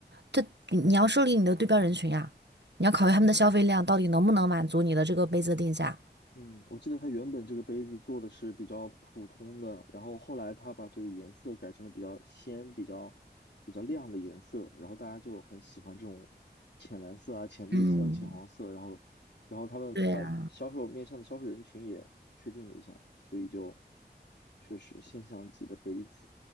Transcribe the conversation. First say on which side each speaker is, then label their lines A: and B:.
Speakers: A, on the right; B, on the left.
A: 这你要设立你的对标人群呀，你要考虑他们的消费量到底能不能满足你的这个杯子定价。
B: 嗯，我记得它原本这个杯子做的是比较普通的，然后后来它把这个颜色改成了比较鲜、比较比较亮的颜色，然后大家就很喜欢这种浅蓝色啊、浅绿色啊浅黄色，
A: 嗯，
B: 然后然后他们把销售面向的销售人群也确定了一下，
A: 对呀，
B: 所以就确实现象级的杯子。